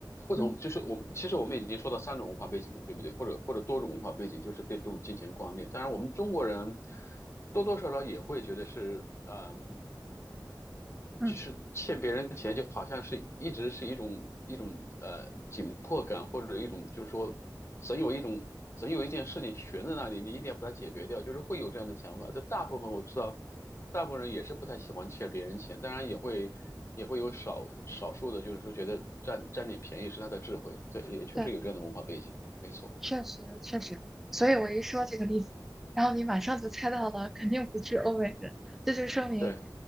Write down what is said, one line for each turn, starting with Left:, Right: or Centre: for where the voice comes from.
Left: 不同，
Centre: 嗯
Left: 就是我们其实我们已经说到三种文化背景了，对不对？或者或者多种文化背景，就是对这种金钱观念。当然，我们中国人多多少少也会觉得是，呃，
Centre: 嗯。
Left: 就是欠别人钱，就好像是一直是一种一种呃紧迫感，或者一种就是说，总有一种总有一件事情悬在那里，你一定要把它解决掉，就是会有这样的想法。但大部分我知道，大部分人也是不太喜欢欠别人钱，当然也会也会有少少数的，就是说觉得占占点便宜是他的智慧，对，也确实有这样的文化背景，
Centre: 对。
Left: 没错，
Centre: 确实确实，所以我一说这个例子，然后你马上就猜到了，肯定不是欧美人，这就说明
Left: 对